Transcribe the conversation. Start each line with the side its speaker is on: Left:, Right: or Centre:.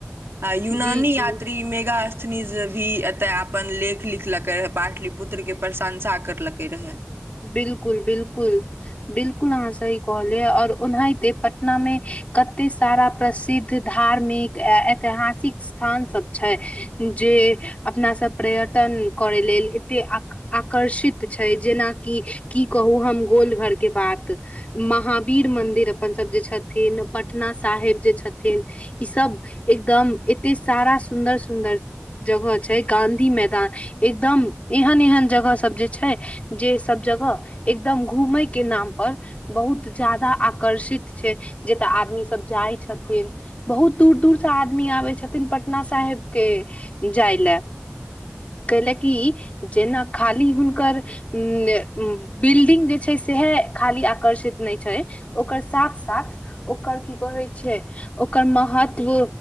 Right: आ यूनानी
Left: जी जी
Right: यात्री मेगास्थनीज भी तऽ अपन लेख लिखलकै रहए। पाटलिपुत्रके प्रशंसा करलकै रहए।
Left: बिलकुल बिलकुल। बिलकुल, अहाँ सही कहलियै। और ओनाहिते पटनामे कतेक सारा प्रसिद्ध धार्मिक आ ऐतिहासिक स्थानसभ छै, जे अपनासभ पर्यटन करय लेल एतेक आक आकर्षित छै जेना कि की कहू हम गोलघरके बात। महावीर मन्दिर अपनसब जे छथिन, पटना साहेब जे छथिन, ईसब एकदम एतेक सारा सुन्दर-सुन्दर जगह छै गाँधी मैदान, एकदम एहन-एहन जगहसब जे छै जे सब जगह एकदम घमयके नामपर बहुत ज्यादा आकर्षित छै, जतय आदमीसब जाइ छथिन। बहुत दूर-दूरसे आदमी आबै छथिन पटना साहेबके जाय लए। कै ले की, जेना खाली हुनकर उम्म उम्म बिल्डिंग जे छै सएह खाली आकर्षित नहि छै, ओकर साथ-साथ ओकर की कहै छै, ओकर महत्व